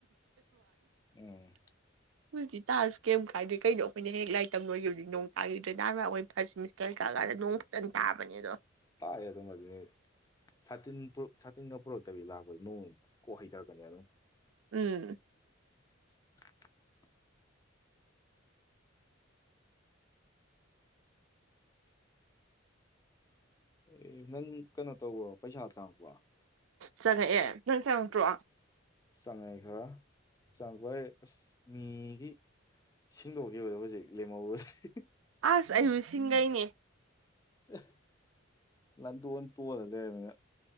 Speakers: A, on the left; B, on the right.
A: ꯎꯝ
B: <inaudible> ꯍꯧꯖꯤꯛꯇꯤ ꯇꯥꯔꯁꯨ ꯀꯩꯝ ꯀꯥꯏꯗꯦ ꯀꯩꯅꯣ ꯑꯩꯈꯣꯏꯅꯤ ꯍꯌꯦꯡ ꯂꯥꯏꯔꯤꯛ ꯇꯝ ꯂꯣꯏ <unintelligible> ꯀꯔꯤ ꯀꯥꯡ ꯍꯥꯏꯔꯦ ꯅꯣꯡ ꯐꯖꯅꯥ ꯇꯕꯅꯤꯗꯣ
A: ꯇꯥꯏ ꯑꯗꯨꯝ ꯑꯗꯨꯅꯤ ꯁꯥꯇꯤꯟ ꯄꯨꯔꯛ ꯁꯥꯇꯤꯟꯒ ꯄꯨꯔꯛꯇꯕꯤ ꯂꯥꯛꯄꯗꯨ ꯅꯣꯡ ꯀꯣꯛ ꯍꯩꯗꯔꯛꯀꯅꯤ ꯑꯗꯨꯝ
B: ꯎꯝ
A: <inaudible> ꯑꯦ ꯅꯪ ꯀꯩꯅꯣ ꯇꯧꯕ꯭ꯔꯣ ꯄꯩꯁꯥ ꯆꯪꯉꯛꯄ꯭ꯔꯣ
B: ꯆꯪꯉꯛꯑꯦ ꯅꯪ ꯆꯪꯉꯛꯇ꯭ꯔꯣ
A: ꯆꯪꯉꯛꯑꯦ ꯈꯔ ꯆꯪꯉꯛꯄꯥꯏ ꯑꯁ ꯃꯤꯒꯤ ꯁꯤꯡꯗꯣꯛꯈꯤꯕꯗꯣ ꯍꯧꯖꯤꯛ ꯂꯦꯝꯍꯧꯕꯁꯦ
B: ꯑꯁ ꯑꯩꯁꯨ ꯁꯤꯡꯒꯩꯅꯦ
A: ꯑꯥ ꯂꯟꯗꯣꯟ ꯇꯣꯟꯂꯥ ꯂꯩꯔꯝꯃꯦ